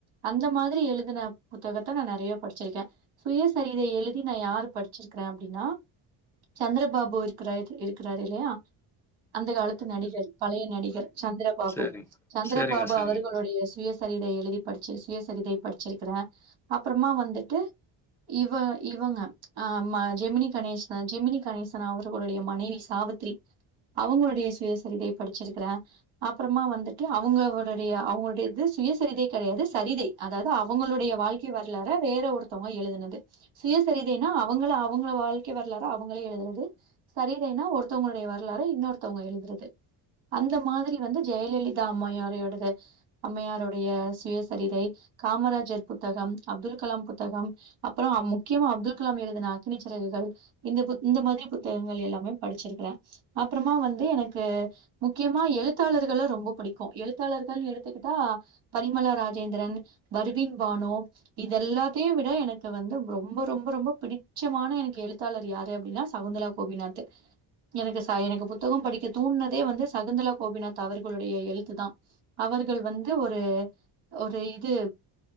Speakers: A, on the right (about 80°); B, in the centre.
A: அந்த மாதிரி எழுதின புத்தகத்தை நா நெறைய படிச்சிருக்கே சுயசரிதை எழுதி நா யாரு படிச்சிருக்கிறே அப்படின்னா சந்திரபாபு இருக்கிற இருக்கிறாரு இல்லையா அந்த காலத்து நடிகர் பழைய நடிகர் சந்திரபாபு
B: சரிங்க.
A: சந்திரபாபு
B: சரிங்க, சரிங்க.
A: அவர்கள் டைய சுயசரிதை எழுதி படிச்சு சுயசரிதை படிச்சிருக்கிறே அப்புறமா வந்துட்டு இவ இவங்க ஆமா ஜெமினி கணேசன் ஜெமினி கணேசன் அவர்களுடைய மனைவி சாவித்திரி அவங்களுடைய சுயசரிதை படிச்சிருக்கறே அப்புறமா வந்துட்டு அவங்களுடைய அவங்களுடைய இது சுயசரிதை கெடையாது சரிதை அதாவது அவங்களுடைய வாழ்க்கை கி வரலற வேற ஒருத்தவங்க எழுதுனது சுயசரிதன்னா அவங்கள அவங்கள வாழ்க்க வரலாற அவங்களே எழுதுறது சரி தய்னா ஒருத்தவங்களுடைய வரலாரா இன்னொருத்தவங்க எழுதுறது அந்த மாதரி வந்து ஜெயலலிதா அம்மையாரோடது அம்மையாருடைய சுயசரிதை காமராஜர் புத்தகம் அப்துல் கலாம் புத்தகம் அப்புற முக்கியமா அப்துல் கலாம் எழுதுன அக்னி சிரகுகள் இந்த பு இந்த மாரி புத்தகங்கள் எல்லாமே படிச்சிருக்கற அப்புறமா வந்து எனக்கு முக்கியமா எழுத் எழுத்தாளர்கள ரொம்ப பிடிக்கு எழுத்தாளர் எடுத்துக்கிட்டா பரிமலா ராஜேந்திரன் பர்வின் பானு இத எல்லாத்தையு விட எனக்கு வந்து ரொம்ப ரொம்ப ரொம்ப பிடிச்சமான எழுத்தாளர் யாரு அப்டின்னா சகுந்தலா கோபிநாத் எனக்கு எனக்கு புத்தக படிக்க தோணுனதே வந்து சகுந்தலா கோபிநாத் அவர்களுடைய எழுத்துதா அவர்கள் வந்து ஒரு ஒரு இது